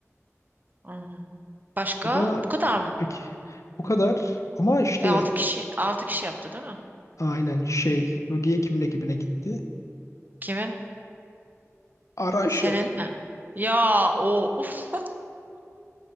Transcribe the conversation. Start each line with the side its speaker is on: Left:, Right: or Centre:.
Right: Hı hı. Başka?
Left: O da
Right: Bu kadar mı?
Left: peki bu kadar. Ama işte
Right: E, 6 kişi 6 kişi yaptı değil mi?
Left: aynen şey Rogier kimin
Right: Hı.
Left: ekibine gitti?
Right: Kimin?
Left: Araş.
Right: Senin mi? Ya o uf.